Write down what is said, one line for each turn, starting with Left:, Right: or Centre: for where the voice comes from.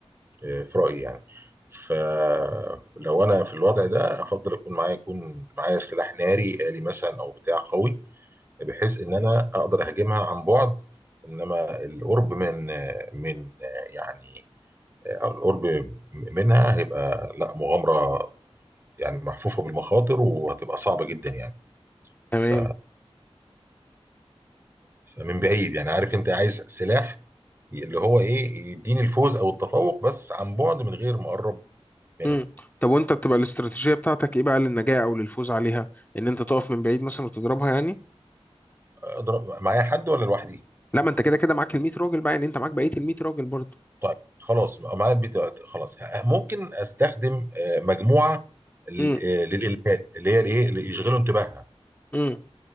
Right: آه، في رايي يعني فلو انا في الوضع ده افضل اكون معايا يكون معايا سلاح ناري آلي مثلا او بتاع قوي بحيث ان انا اقدر اهاجمها عن بعد انما القرب من آه، من آه، يعني آه، القرب منها هيبقى لا مغامره يعني محفوفة بالمخاطر وهتبقى صعبة جدا يعني
Left: تمام
Right: ف... فمن بعيد يعني عارف انت عايز سلاح اللي هو ايه يديني الفوز او التفوق بس عن بعد من غير ما اقرب منها
Left: امم طب وانت بتبقى الاستراتيجيه بتاعتك ايه بقى للنجاه او للفوز عليها ان انت تقف من بعيد مثلا وتضربها يعني
Right: اضرب معايا حد ولا لوحدي
Left: لا ما انت كده كده معاك ال 100 راجل بقى يعني انت معاك بقيه ال 100 راجل برضه
Right: طيب خلاص معايا البيت خلاص ممكن استخدم آه، مجموعة ل-
Left: امم
Right: آه، للإلهاء اللي هي الايه اللي يشغلوا انتباهها
Left: امم